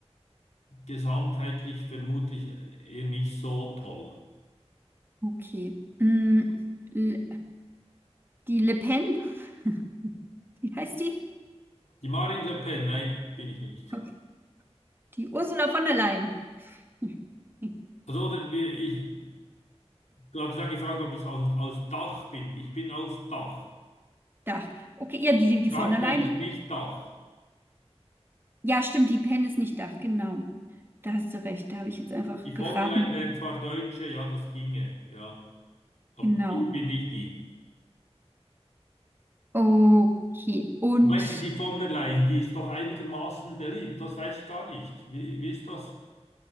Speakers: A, on the left; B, on the right.
A: gesamtheitlich vermutlich eher nicht so toll.
B: okay. Hm, L- die Le Pen, <laughs> wie heißt die?
A: Die Marine Le Pen, nein, bin ich nicht.
B: Okay. Die Ursula von der Leyen. <laughs>
A: Also, wir, ich, du hast ja gefragt, ob ich aus, aus Dach bin. Ich bin aus Dach.
B: Dach. Okay, ja, die, die
A: Frankreich
B: von der Leyen.
A: ist
B: Die,
A: nicht Dach.
B: ja, stimmt, die Pen ist nicht Dach, genau. Da hast du recht, da habe ich jetzt einfach
A: Die von
B: geraten.
A: der Leyen wäre zwar Deutsche, ja, das ginge, ja. Aber
B: Genau.
A: ich bin nicht die.
B: Okay. Und
A: Wobei die, die von der Leyen, die ist doch einigermaßen beliebt. Das weiß ich gar nicht. Wie, wie ist das?